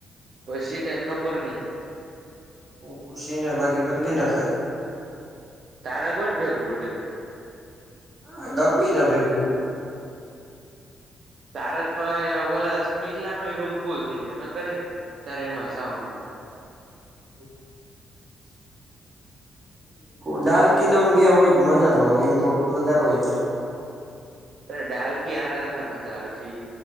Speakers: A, on the right (about 55°); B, on the right (about 25°).
A: પછી કંઈ ખબર નઈ.
B: પુછીને બાકી બદલી નખાય.
A: તારે કોઈ ભેગવું બડલ.
B: હા, ગમે ના ભેગું.
A: તારે તો ઓલા સ્મિતલા નો એ રૂમ ફૂલ થઈ ગયો ન કરે. ત્યારે એમાં જા આવનું હોય.
B: હ <unintelligible> ડાલ્લ કી નામ બે હોય, જ મજા ન હો. એમ કો વધારે હોય તો.
A: અ ડાલકી આરે તને મજા આવે છે.